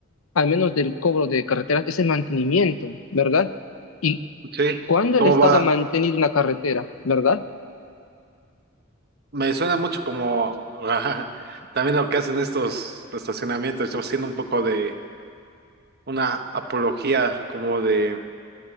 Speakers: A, on the left (about 80°); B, on the right (about 50°).
A: al menos del cobro de carreteras, es el mantenimiento, ¿verdad? Y
B: Sí,
A: cuando
B: ¿cómo
A: el Estado
B: va?
A: ha mantenido una carretera, ¿verdad?
B: Me suena mucho como <laughs> también lo que hacen estos estacionamientos, yo siendo un poco de una apología como de...